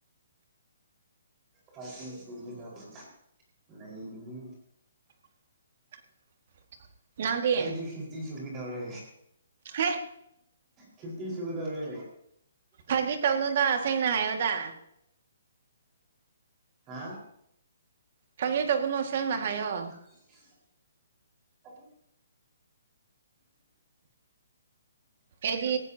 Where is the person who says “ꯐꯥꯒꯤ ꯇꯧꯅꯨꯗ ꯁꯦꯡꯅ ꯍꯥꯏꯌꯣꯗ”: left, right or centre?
Right